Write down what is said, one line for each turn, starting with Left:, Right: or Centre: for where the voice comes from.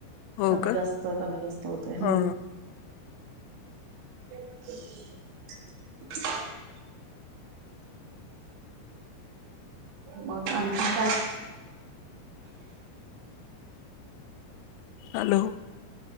Left: हो
Right: कमी
Left: का
Right: जास्त कमी जास्त होतय.
Left: हा
Right: ह हम <inaudible> <inaudible> मग आणखीन काय?
Left: हॅलो.